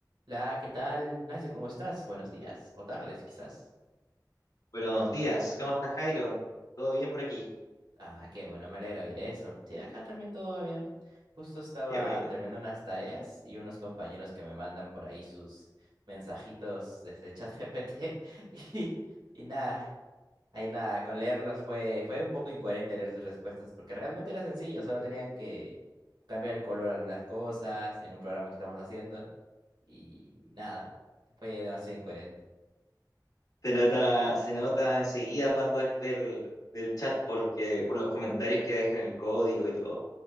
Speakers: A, on the right (about 75°); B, on the left (about 50°).
A: Hola, ¿qué tal, Ignacio? ¿Cómo estás? Buenos días o tardes, quizás.
B: Buenos días, ¿cómo estás, Jairo? ¿Todo bien por aquí?
A: Ah, qué bueno, me alegra oír eso. Sí, acá también todo va bien. Justo estaba
B: Qué bueno.
A: terminando unas tareas y unos compañeros que me mandan por ahí sus mensajitos desde ChatGPT <laughs> y, y nada, ahí nada, con leerlos fue, fue un poco incoherente leer sus respuestas porque realmente era sencillo, solo tenían que cambiar el color a algunas cosas en un programa que estamos haciendo y nada, fue demasiado incoherente.
B: Se nota, se nota enseguida cuando es del, del chat porque por los comentarios que dejan el código y todo.